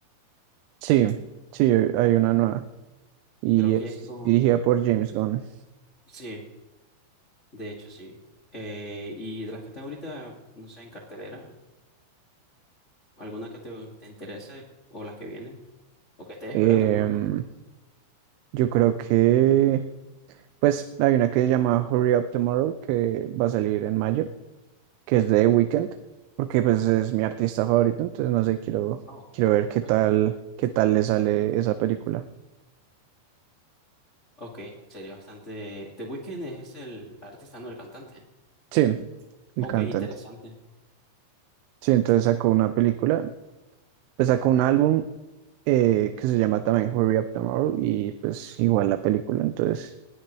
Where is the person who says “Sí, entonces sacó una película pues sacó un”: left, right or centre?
Right